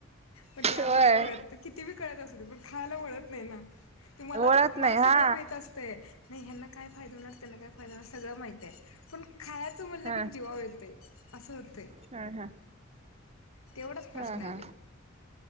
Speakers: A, on the left; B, on the right.
A: पण ते आम्हाला
B: होय
A: कळतं. किती बी कळतं असू दे पण खायला वळत नाही ना ते मला
B: वळत
A: मला
B: नाही हा
A: सगळं माहित असते. नाही ह्यांना काय फायदा होणार त्यांना काय फायदा होणार सगळं माहिती आहे पण खायचं म्हणलं
B: हा
A: की जीवावर येते असं होते.
B: हा हा
A: तेवढाचं प्रश्न
B: हा हा
A: आले